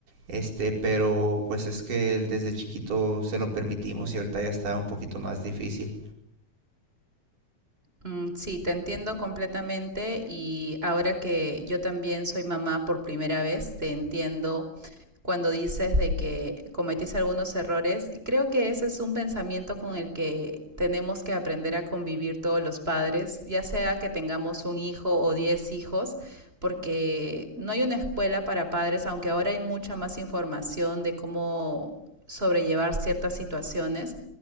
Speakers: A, on the right; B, on the right.
A: Este, pero pues es que él desde chiquito se lo permitimos y ahorita ya está un poquito más difícil.
B: Mm, Sí, te entiendo completamente y ahora que yo también soy mamá por primera vez, te entiendo cuando dices de que cometiste algunos errores. Y Creo que ese es un pensamiento con el que tenemos que aprender a convivir todos los padres, ya sea que tengamos un hijo o diez hijos, porque no hay una escuela para padres, aunque ahora hay mucha más información de cómo sobrellevar ciertas situaciones